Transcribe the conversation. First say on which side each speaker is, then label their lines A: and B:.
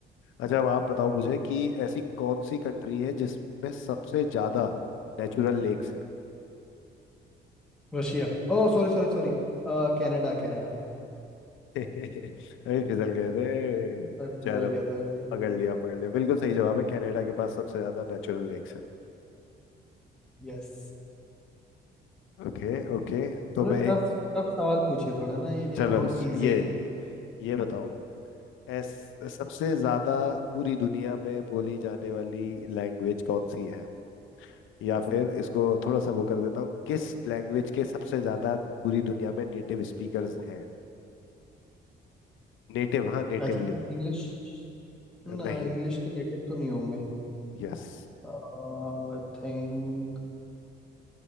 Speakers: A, on the left; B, in the centre.
A: अब आप बताओ मुझे कि ऐसी कौन सी कंट्री है जिसमें सबसे ज्यादा नेचुरल लेक्स है
B: Russia Oh sorry sorry sorry Canada Canada
A: <laughs> अरे फिसल गए थे
B: फिसल
A: चलो
B: गया था अभी
A: पकड़ लिया पकड़ लिया बिल्कुल सही जवाब है कनाडा के पास सबसे ज्यादा नेचुरल लेक्स है
B: यस
A: Okay okay तो
B: थोड़ा
A: मैं
B: टफ टफ सवाल पूछिए थोड़ा ना ये
A: चलो
B: बहुत इजी
A: ये
B: है
A: ये बताओ एस सबसे ज्यादा पूरी दुनिया में बोली जाने वाली लैंग्वेज कौन सी है या फिर इसको थोड़ा सा वो कर देता हूँ किस लैंग्वेज के सबसे ज्यादा पूरी दुनिया में नेटिव स्पीकर्स हैं नेटिव हाँ नेटिव
B: I think
A: लिंग
B: English ना
A: नहीं
B: इंग्लिश के नेटिव तो नहीं होंगे
A: यस
B: आई थिंक